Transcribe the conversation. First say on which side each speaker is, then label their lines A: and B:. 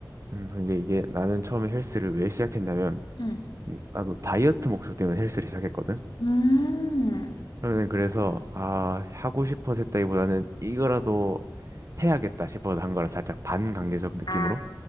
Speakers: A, on the right; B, on the left.
A: 음, 근데 이게 나는 처음에 헬스를 왜 시작했냐면
B: 응.
A: 음, 나도 다이어트 목적 때문에 헬스를 시작했거든.
B: 음.
A: 그러면 그래서 아, 하고 싶어서 했다기보다는 이거라도 해야겠다 싶어서 한 거라 살짝 반강제적 느낌으로
B: 아,